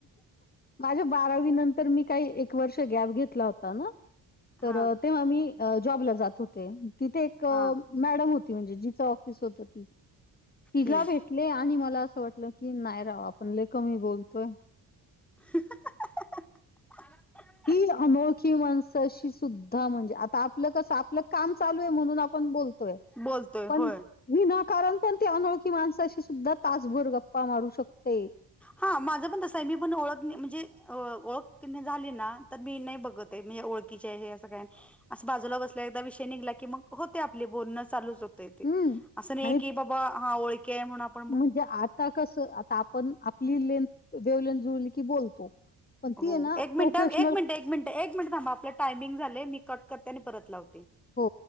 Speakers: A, on the left; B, in the centre.
A: माझ्या बारावी नंतर मी काही एक वर्ष गॅप घेतला होता ना.
B: हा
A: तर तेव्हा मी जॉबला जात होते. तिथे एक
B: हा
A: मॅडम होती. म्हणजे जिचं ऑफिस होत. ती तिला
B: हम्म
A: भेट आणि मला असं वाटलं की नाही राव आपण लय कमी बोलतोय.
B: <inaudible>
A: ही अनोळखी माणसाशी सुद्धा म्हणजे आता आपलं कसं आपलं काम चालू आहे म्हणून आपण बोलतोय
B: बोलतोय
A: पण
B: होय
A: विनाकारण पण ते अनोळखी माणसाशी सुद्धा तासभर गप्पा मारू शकते.
B: हा माझं पण तस आहे मी पण ओळख म्हणजे ओळख झाली ना. तर मी नाही बघत हे ओळखीचे आहे हे असं काय अस बाजूला बसल्या एकदा विषय निघला की मग होते आपले बोलणं चालूच होत ते
A: हम्म
B: असं नाही
A: आणि
B: की बाबा हा ओळखी आहे म्हणून आप
A: म्हणजे आता कसं आता आपण आपली लेंथ लेवल जुळली की बोलतो. पण ती
B: हो
A: आहे ना
B: एक
A: प्रोफेशनल
B: मिनिट, एक मिनिट, एक मिनिट, एक मिनट थांब आपलं टायमिंग झाले मी कट करते आणि परत लावते.
A: हो.